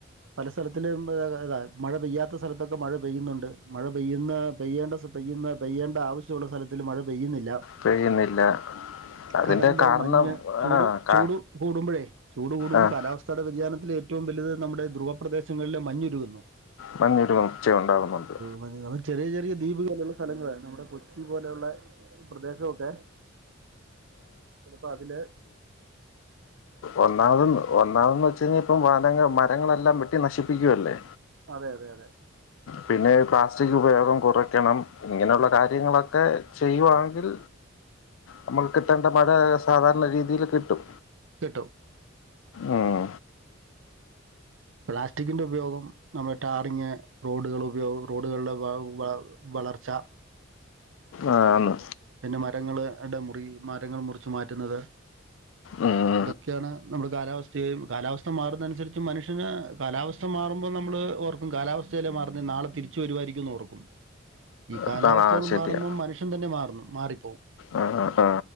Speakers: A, on the right (about 70°); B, on the left (about 75°).
A: പല സ്ഥലത്തിലുംത മഴ പെയ്യാത്ത സ്ഥലത്തൊക്കെ മഴ പെയ്യുന്നുണ്ട് മഴ പെയ്യുന്ന പെയ്യേണ്ട. പെയ്യുന്ന പെയ്യേണ്ട ആവശ്യമുള്ള സ്ഥലത്തിൽ മഴ പെയ്യുന്നില്ല.
B: പെയ്യുന്നില്ല അതിന്റെ
A: കടല്
B: കാരണം
A: മഞ്ഞ് ചൂട്
B: ആഹ് കാ
A: ചൂട് കൂടുമ്പോഴേ ചൂട് കൂടുമ്പോ
B: ആഹ്
A: കാലാവസ്ഥയുടെ വ്യതിയാനത്തിൽ ഏറ്റവും വലുത് നമ്മുടെ ധ്രുവപ്രദേശം നല്ല മഞ്ഞുരുകുന്നു
B: മഞ്ഞൊരുച്ചയ ഉണ്ടാകുന്നുണ്ട്
A: നമ്മ ചെറിയ ചെറിയ ദ്വീപുകളുള്ള സ്ഥലങ്ങള നമ്മുടെ കൊച്ചി പോലെയുള്ള പ്രദേശമൊക്കെ ചിലപ്പോ അതില്
B: ഒന്നാമതന്ന് ഒന്നാമെന്ന് വെച്ച് കഴിഞ്ഞാൽ ഇപ്പം <unintelligible> ങ്ങൾ മരങ്ങളെല്ലാം വെട്ടി നശിപ്പിക്കുവല്ലേ
A: അതെ അതെ അതെ
B: പിന്നെ പ്ലാസ്റ്റിക് ഉപയോഗം കുറയ്ക്കണം ഇങ്ങനെയുള്ള കാര്യങ്ങളൊക്കെ ചെയ്യവാണെങ്കിൽ നമുക്ക് കിട്ടേണ്ട മഴ സാധാരണ രീതിയിൽ കിട്ടും
A: കിട്ടും
B: ഉം
A: പ്ലാസ്റ്റിക്കിന്റെ ഉപയോഗം നമ്മള ടാറിങ്ങ് റോഡുകൾ ഉപയോഗം റോഡുകളുടെ <unintelligible> വളർച്ച
B: ആഹ ആന്ന്
A: പിന്നെ മരങ്ങള് ഇടെ മുറി മരങ്ങൾ മുറിച്ചു മാറ്റുന്നത്
B: ഉം ഉം
A: ഇതൊക്കെയാണ് നമ്മുടെ കാലാവസ്ഥയും കാലാവസ്ഥ മാറുന്ന അനുസരിച്ച് മനുഷ്യന് കാലാവസ്ഥ മാറുമ്പോ നമ്മള് ഓർക്കും കാലാവസ്ഥയല്ലെ മാറന്ന് നാളെ തിരിച്ചു വരുമായിരിക്കുന്ന് ഓർക്കും ഈ കാലാവസ്ഥകൾ
B: അതാണ് ആ ശരിയാ
A: മാറുമ്പം മനുഷ്യൻ തന്നെ മാറുന്നു മാറിപ്പോവും
B: ആ ആ